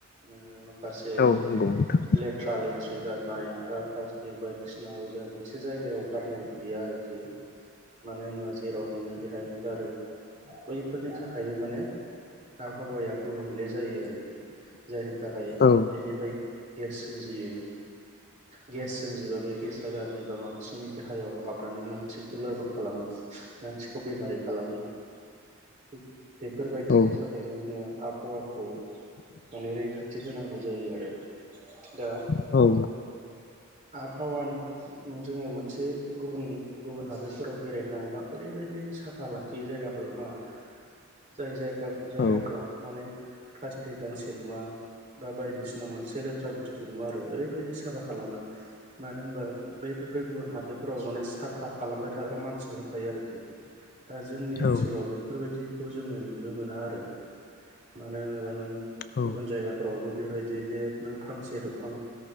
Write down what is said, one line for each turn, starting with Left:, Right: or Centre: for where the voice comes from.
Right: नोङो मा माखासे
Left: औ नंगौ नोंथां
Right: लेथ्रा लेथ्रि गारनाय बा प्लास्टिक बायदिसिना गजाय मोनसे जायगायाव गारनाय गैया आरोखि मानो होनाबा जेराव मोनो बेहायनो गारो बैफोरनि थाखायबो माने आबहावाया गुबुंले जायो आरोखि जायनि थाखाय
Left: औ
Right: बेनिफ्राय गेस सोमजियो गेस सोमजिबा बे गेसा गाज्रि एबा मानसिनि देहायाव हाबनानै मानसिखौ लोरबां खालामो मानसिखौ बेमारि खालामो थिग बेफोरबायदिनि
Left: औ
Right: थाखायनो जोङो आबहावाखौ माने रैखाथि होनांगौ जायो आरो दा
Left: औ
Right: आबहावानि जोङो मोनसे गुबुन गुबुन हादोरफोराव बेरायनो थाङोबा ओरैबायदि साफा लाखियो जायगा जायगाफोरखौ हो जाय जायगा जायगाफ्राव
Left: औ
Right: माने प्लास्टिक गांसे नुवा बा बायदिसिना मोनसे लेथ्रा बुस्थु नुवा आरो ओरैबायदि साफा खालामो मानो होनबा बैफोर गुबुन हादोरफोराव माने साफा खालामबाय थाग्रा मानसि दंखायो आरोखि दा जोंनि ओनसोलाव
Left: औ
Right: बेफोरबायदिखौ जोङो नुनो मोना आरो मानो होनोब्ला नों
Left: औ
Right: गुबुन जायगा फोरावबो बेबायदि जे नों फांसे दंफां